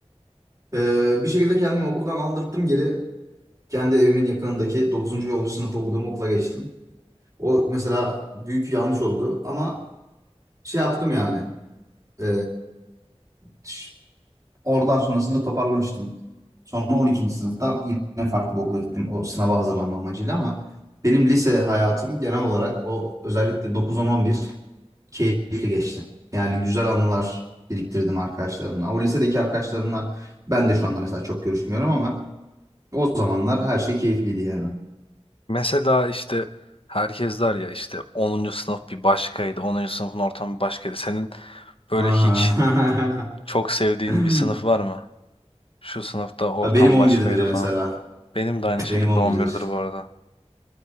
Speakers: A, on the right; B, on the left.
A: Ee, bir şekilde kendimi okuldan aldırttım geri. Kendi evimin yakınındaki dokuzuncu ve 10. sınıf okuduğum okula geçtim. O mesela büyük yanlış oldu ama şey yaptım yani. Ee, ş- oradan sonrasında toparlamıştım. Sonra 12. sınıfta yine farklı bir okula gittim o sınava hazırlanma amacıyla ama benim lise hayatım genel olarak o özellikle 9 on on bir keyifli geçti. Yani güzel anılar biriktirdim arkadaşlarımla. O lisedeki arkadaşlarımla ben de şu anda mesela çok görüşmüyorum ama o zamanlar her şey keyifliydi yani.
B: Mesela işte herkes der ya işte onuncu sınıf bir başkaydı, onuncu sınıfın ortamı bir başkaydı. Senin böyle
A: Aha.
B: hiç çok sevdiğin
A: <laughs>
B: bir sınıf var mı? Şu sınıfta ortam
A: Ya Benim 11'dir
B: başkaydı
A: mesela.
B: falan. Benim de aynı şekilde
A: Benim 11'dir.
B: 11'dir bu arada.